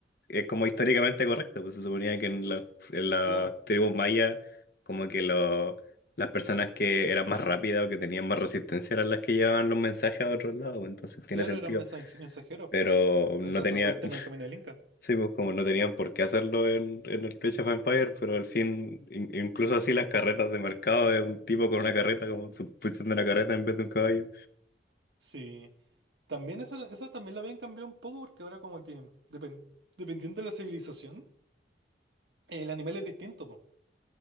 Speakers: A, on the left; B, on the right.
A: eh, como históricamente correcto, pues se suponía que en la, en la
B: claro,
A: tribu maya como que lo- las personas que eran más rápidas o que tenían más resistencia eran las que llevaban los mensajes a otros lados, pues, entonces tiene
B: claro,
A: sentido,
B: eran mensaje- mensajeros.
A: pero
B: po.
A: no
B: O sea,
A: tenían,
B: está todo el tema
A: <laughs>
B: del camino del Inca.
A: sí, pues como no tenían por qué hacerlo en, en el Clash of Empires, pero al fin, in- incluso así las carretas de mercado de un tipo con una carreta, como sustituyendo una carreta en vez de un caballo.
B: Sí. También eso, eso también lo habían cambiado un poco porque ahora como que, depen- dependiendo de la civilización, el animal es distinto.